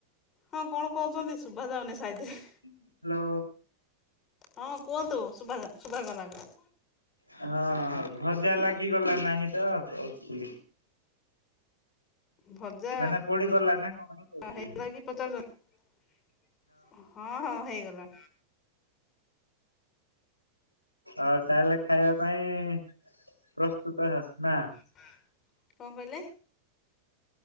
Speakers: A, on the left; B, on the left.
A: ହଁ କଣ କଉଚନ୍ତି ଶୁବା ଯାଉନି ସାଇଜିରେ।
B: ହ୍ୟାଲୋ।
A: ହଁ କୁହନ୍ତୁ ଶୁଭା ଶୁଭାଗଲା ଏବେ।
B: ହଁ ଭଜା ଲାଗିଗଲା ନାଇଁ ତ କହୁଥିଲି।
A: ଭଜା
B: ମାନେ ପୋଡିଗଲା ନା କଣ କହୁଥିଲି
A: ହେଇଗଲା କି ପଚାରୁଚନ୍ତି। ହଁ ହଁ ହେଇଗଲା।
B: ଆଉ ତାହେଲେ ଖାଇବା ପାଇଁ ପ୍ରସ୍ତୁତ ନା?
A: ଆଁ କଣ କଇଲେ।